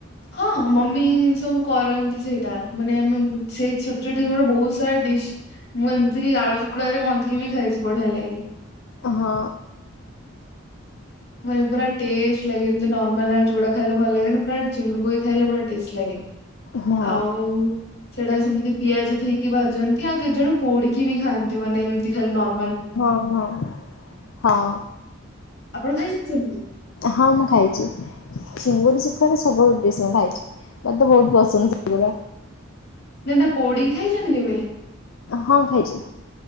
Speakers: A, on the left; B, on the left.
A: ହଁ, ମମି ସବୁ କରନ୍ତି ସେଇଟା। ମାନେ ଆମେ ସେଇ ଛୋଟ ଛୋଟ ବେଳୁ ବହୁତ ସାରା ଡିସ୍, ମୁଁ ଏମିତି କିି ଆଳୁ ଚୁକୁଡାରେ ମନ୍ଥିକି ବି ଖାଇଚି। ବଢିଆ ଲାଗେ।
B: ହଁ।
A: ମାନେ ପୁରା ଟେଷ୍ଟ ଲାଗେ, ଏମିତି ନର୍ମାଲ ଆଳୁ ଚକଡ଼ା ଖାଇଲେ ଭଲ ଲାଗେନି। ପୁରା ଚିଙ୍ଗୁଡୁ ପକେଇ ଖାଇଲେ ବଢିଆ ଟେଷ୍ଟ ଲାଗେ।
B: ହଁ
A: ଆଉ ସେଟା ସେମତି ପିଆଜ ଦେଇକ ଭାଯନ୍ତି ଆଉ କେତ ଜଣ ପୋଡିକି ବି ଖାଆନ୍ତି, ମାନେ ଏମିତି ଖାଲି ନର୍
B: ହଁ ହଁ ହଁ।
A: ଆପଣ ଖାଇଚନ୍ତି ସବୁ?
B: ହଁ, ମୁଁ ଖାଇଚି। ସିଙ୍ଗୁଡ଼ି ଶୁଖୁଆର ସବୁ ଡିସ୍ ମୁଁ ଖାଇଚି। ମତେ ବହୁତ ପସନ୍ଦ ସେଗୁରା।
A: ନାଇ ନା ପୋଡିକି ଖାଇଚନ୍ତି କେବେ?
B: ହଁ ଖାଇଚି।